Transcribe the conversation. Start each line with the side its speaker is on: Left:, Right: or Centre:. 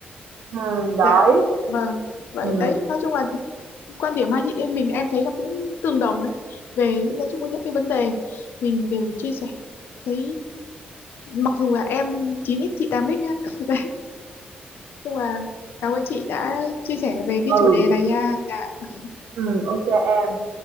Right: ừ
Left: Dạ,
Right: đấy,
Left: vâng. Vậy
Right: ừ
Left: đấy, nói chung là quan điểm hai chị em mình em thấy là cũng tương đồng ấy. Về những nói chung với những cái vấn đề mình đều chia sẻ. Thấy mặc dù là em chín x chị tám x nhá. <laughs> Đấy, nhưng mà cảm ơn chị đã chia sẻ về cái
Right: ừ,
Left: chủ đề này nha. Dạ.
Right: ừ, ok em.